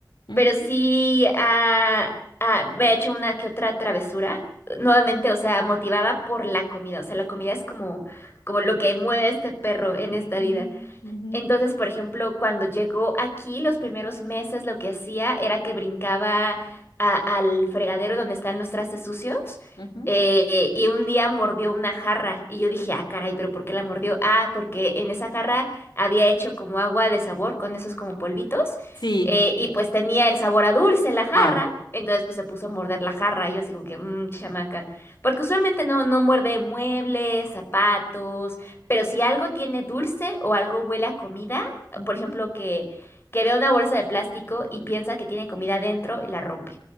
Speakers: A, on the left; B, on the left.
A: Ujú,
B: pero sí ah, ah, me he hecho una que otra travesura. Nuevamente, o sea, motivada por la comida. O sea, la comida es como, como lo que mueve a este perro en esta
A: ujú,
B: vida.
A: ujú,
B: Entonces, por ejemplo, cuando llegó aquí, los primeros meses lo que hacía era que brincaba a- al fregadero donde están los trastes sucios
A: ujú.
B: eh, y un día mordió una jarra y yo dije, ah, caray, pero ¿por qué la mordió? Ah, porque en esa jarra había hecho como agua de sabor con esos como polvitos
A: Sí.
B: eh, y pues tenía el sabor a dulce la jarra.
A: Ah.
B: Entonces pues se puso a morder la jarra y yo así como que, mmm, chamaca. Porque usualmente no, no muerde muebles, zapatos, pero si algo tiene dulce o algo huele a comida,
A: ujú.
B: por ejemplo, que, que vea una bolsa de plástico y piensa que tiene comida dentro y la rompe.